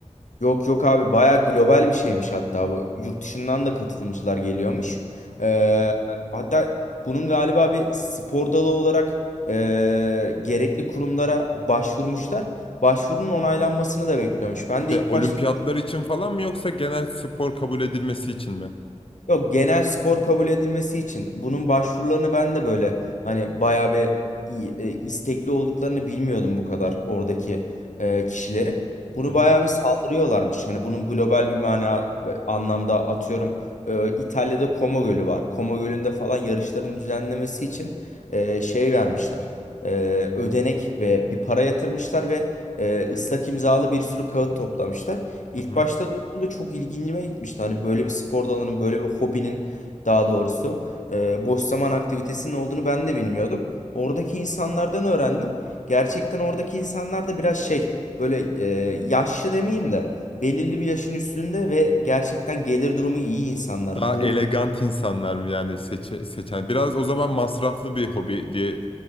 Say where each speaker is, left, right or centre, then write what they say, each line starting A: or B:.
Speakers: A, on the left; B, on the left.
A: yok yok abi bayağı global bir şeymiş hatta bu. Yurt dışından da katılımcılar geliyormuş. Ee, hatta bunun galiba bir spor dalı olarak e, gerekli kurumlara başvurmuşlar. Başvurunun onaylanmasını da bekliyormuş. Ben de
B: Şey,
A: ilk
B: olimpiyatlar
A: başta
B: için falan mı yoksa genel spor kabul edilmesi için mi?
A: Yok genel spor kabul edilmesi için bunun başvurularını ben de böyle hani bayağı bir i- e, istekli olduklarını bilmiyordum bu kadar oradaki e, kişilerin. Bunu
B: Hı hı.
A: bayağı bir saldırıyorlarmış. Hani bunun global bir mana anlamda atıyorum e, İtalya'da Como Gölü var. Como Gölü'nde falan yarışların düzenlemesi için e, şey vermişler. E, ödenek ve bir para yatırmışlar ve e, ıslak imzalı bir sürü kağıt toplamışlar. İlk
B: Hı hı.
A: başta duyduğumda çok ilgincime gitmişti. Hani böyle bir spor dalının, böyle bir hobinin daha doğrusu e, boş zaman aktivitesinin olduğunu ben de bilmiyordum. Oradaki insanlardan öğrendim. Gerçekten oradaki insanlar da biraz şey böyle e, yaşlı demeyeyim de belirli bir yaşın üstünde ve gerçekten gelir durumu iyi insanlar.
B: Daha
A: Bu
B: elegant insanlar mı yani seçe- seçen? Biraz o zaman masraflı bir hobi diye